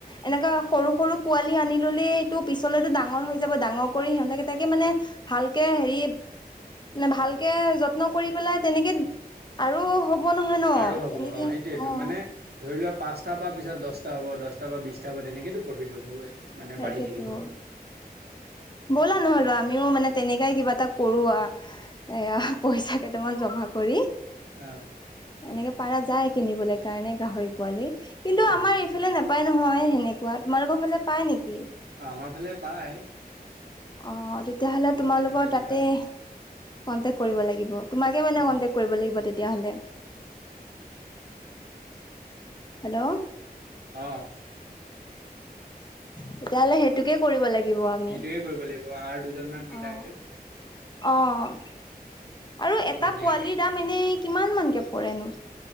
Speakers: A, on the left (about 25°); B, on the right (about 80°).
A: এনেকা সৰু সৰু পোৱাল লী আনি ল'লেইতো পিছলেতো ডাঙৰ হৈ যাব ডাঙৰ কৰি সিহঁতাকেতাকে মানে ভালকে হেৰি, নে ভালকে যত্ন কৰি পেলাই তেনেকে আৰু হ'ব নহয় ন?
B: আৰু হ'ব
A: তেনেকে
B: অ সেইটোয়েটো
A: অ'।
B: মানে ধৰি লোৱা পাঁচটাৰ পৰা পিছত দচটা হ'ব, দচটাৰ পৰা বিছটা হ'ব। তেনেকেইটো প্ৰফিট হ'বগৈ। মানে
A: সেইটোৱেতো।
B: বাঢ়ি থাকিব
A: ব'লা নহ'লবা আমিও মানে তেনেকাই কিবা এটা কৰো আ। এয়া পইচা কেইটামান জমা কৰি।
B: অ'।
A: এনেকে পাৰা যায় কিনিবলে কাৰণে গাহৰি পোৱালী। কিন্
B: অ'।
A: ইফেলে নাপায় নহয় সেনেকোৱা। তোমালোকৰ ফালে পাই নেকি?
B: আমাৰ ফালে পায়।
A: অ', তেতিয়াহ'লে তোমালোকৰ
B: মানে ধৰি
A: তাতেই,
B: লোৱা
A: কন্টেক কৰিব লাগিব। তোমাকেই মানে
B: উম
A: কন্টেক কৰিব লাগিব তেতিয়াহ'লে।
B: উম।
A: হেল্ল'।
B: অ'।
A: তেতিয়াহ'লে সেইটোকে কৰিব লাগিব আমি।
B: সেইটোয়ে কৰিব লাগিব আৰু দুজনমান মিলাই
A: অঁ
B: লৈ
A: অঁ আৰু এটা
B: ধুনীয়াকে
A: পোৱালিৰ দাম এনেই কিমান মানকে পৰেনো?